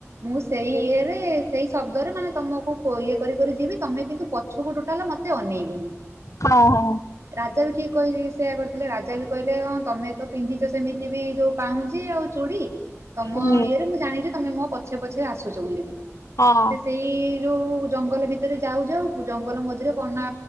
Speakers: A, on the right; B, on the left.
A: ମୁଁ ସେଇ ଇଏରେ ସେଇ ଶବ୍ଦରେ ମାନେ ତମକୁ ଇଏ କରିିକରି ଯିବି ତମେ କିନ୍ତୁ ପଛକୁ ଟୁଟାଲା ମତ୍ ତେ ଅନେଇବୁନି।
B: ହଁ ହଁ।
A: ରାଜା ବି ଠିକ କହିି ସେୟା କରିଥିଲେ ରାଜା ବି କହିଲେ ହଁ ତମେ ତ ପିନ୍ଧିଛ ସେମିତି ବି ଯୋଉ ପାଉଁଛି ଆଉ ଚୁଡ଼ି। ତମ
B: ହୁଁ।
A: ଇଏରେ ମୁଁ ଜାଣିବି ଯେ ତମେ ମୋ ପଛେ ପଛେ ଆସୁଛ ବୋଲିକି
B: ହଁ
A: ସିଏ ସେଇ ଏ ଯୋଉ ଜଙ୍ଗଲ ଭିତରେ ଯାଉ ଯାଉ ଜଙ୍ଗଲ ମଝିରେ କନା